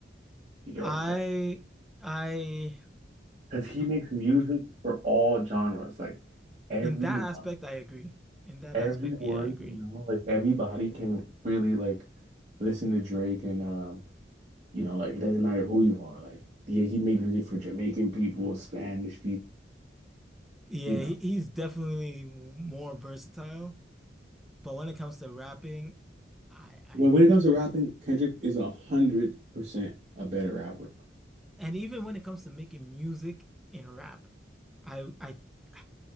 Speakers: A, on the right; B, in the centre.
A: You get
B: I
A: what I'm saying?
B: I
A: Because he makes music for all genres. Like everyone,
B: in that aspect I agree. In that
A: everyone,
B: aspect, yeah, I agree.
A: you know,
B: <laughs>
A: like everybody can really like listen to Drake and um, you know, like it doesn't matter who you are. Like yeah, he made music for Jamaican people, Spanish people,
B: Yeah,
A: you know.
B: he, he's definitely more versatile, but when it comes to rapping, I, I
A: When when
B: I
A: it comes
B: just
A: to rapping, Kendrick is a hundred percent a better rapper.
B: and even when it comes to making music in rap, I I <sighs>